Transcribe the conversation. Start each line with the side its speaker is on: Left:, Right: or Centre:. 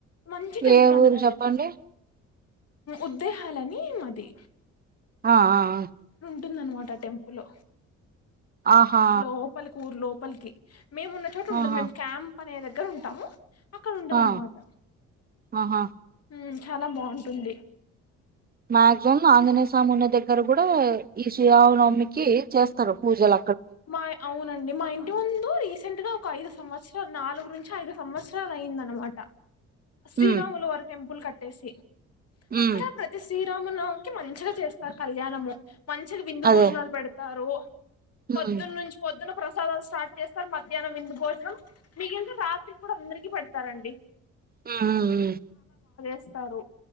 Left: మంచి టెంపుల్
Right: ఏ
Left: అంటారు
Right: ఊరు చెప్పండి
Left: అది ఉద్దేహాల్ అని మాది
Right: ఆ ఆ ఆ
Left: ఉంటుందన్నమాట టెంపు లు
Right: ఆ ఆహా
Left: లో పల కి ఊర్ లో పల్కి మేము ఉన్న చోట ఉండదు
Right: ఆహా
Left: మేము క్యామ్ పనే దగ్గర ఉంటాము అక్కడ ఉంటద
Right: ఆ
Left: అన్నమాట
Right: ఆహా
Left: హ్మ్ చాలా బావుంటుంది
Right: మా సేమ్ ఆంజనేయ స్వామి ఉన్న దగ్గర కూడా ఈ శ్రీరామనవమికి చేస్తారు పూజల
Left: మా అవునండి, మా ఇంటి ముందు రీసెంట్ గా ఒక ఐదు సంవత్సరాలు నాలుగు నుంచి ఐదు సంవత్సరాలు అయింద అన్నమాట శ్రీరాములు
Right: ఉమ్
Left: వారి టెంపుల్ కట్ టెసి అక్కడ
Right: ఉమ్
Left: ప్రతి శీ శ్రీరామునవమికి మంచిగా చేస్తారు కళ్యాణము. మంచిగా విందు
Right: అదే
Left: భోజనాలు పెడతారు.
Right: ఉమ్
Left: పొద్దున్న నుంచి పొద్దున్న ప్రసాదాలు స్టార్ట్ చేస్తారు. మధ్యాహ్నం విందు భోజనం, మిగిలితే రాత్రి కూడా అందరికి పెడతారండి.
Right: ఉ ఉ ఊ
Left: ఇస్తారు